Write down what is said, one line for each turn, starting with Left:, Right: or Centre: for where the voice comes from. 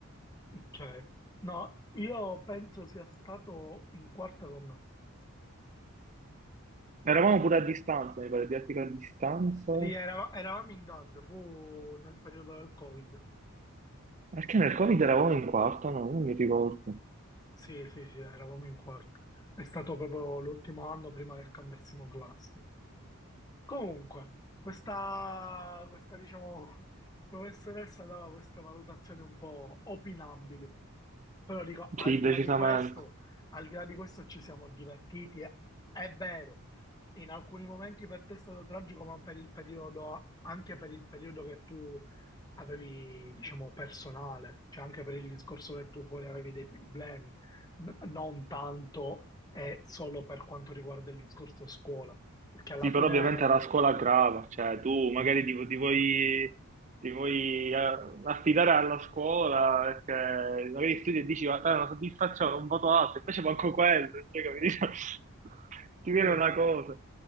Left: Cioè, no, io penso sia stato in quarta con me.
Right: Eravamo pure a distanza, mi pare, didattica a distanza.
Left: Sì, erava- eravamo in DAD, fu nel periodo del Covid.
Right: Perché nel Covid eravamo in quarta, no? Non mi ricordo.
Left: Sì, sì, sì, eravamo in quarto. È stato proprio l'ultimo anno prima che cambiassimo classe. Comunque, questa, questa, diciamo, <laughs> professoressa dava queste valutazioni un po' opinabili. Però dico, al
Right: Sì,
Left: di
Right: decisamente.
Left: là di questo, al di là di questo ci siamo divertiti. È, è vero, in alcuni momenti per te è stato tragico, ma per il periodo, anche per il periodo che tu avevi, diciamo, personale, cioè anche per il discorso che tu fuori avevi dei problemi, n- non tanto e solo per quanto riguarda il discorso scuola, perché alla
Right: Sì,
Left: fine,
Right: però ovviamente era scuola grava, cioè tu magari ti, ti vuoi, ti vuoi, eh, affidare alla scuola perché magari studi e dici, guarda, è una soddisfazione, un voto alto, invece manco quello, cioè, capito? <laughs> Ti viene
Left: sì,
Right: una cosa.